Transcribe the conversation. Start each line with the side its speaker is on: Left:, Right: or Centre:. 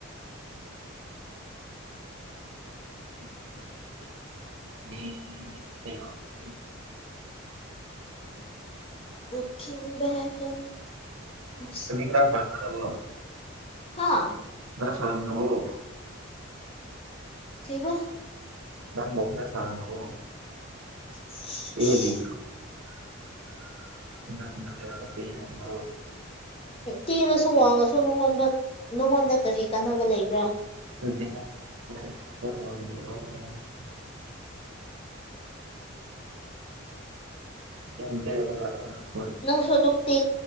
Right: <unintelligible>
Left: ꯂꯈꯤꯤꯡꯕ ꯀ ꯔꯦꯁ
Right: ꯈꯔ ꯁꯥꯡꯅꯕꯣ
Left: ꯍꯥꯥ
Right: ꯁꯅ ꯑꯣ
Left: ꯊꯕ
Right: ꯅꯪ ꯃꯅꯦ ꯁ ꯑꯣ
Left: ꯁꯤ
Right: ꯑꯦ
Left: ꯁꯤ ꯇꯦꯜꯂꯁꯨ ꯋꯥꯡꯉꯁꯨ ꯅꯉꯣꯟꯗ ꯅꯉꯣꯟꯗ ꯀꯔꯤ ꯀꯥꯟꯅꯕ ꯂꯩꯕ
Right: <unintelligible> <unintelligible>
Left: ꯅꯪ ꯁꯣ ꯑꯗꯨꯝ ꯇ